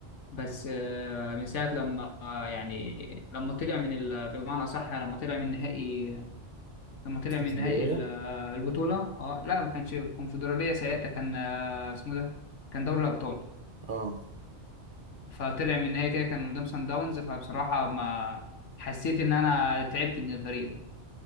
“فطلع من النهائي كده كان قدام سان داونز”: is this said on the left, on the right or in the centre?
Left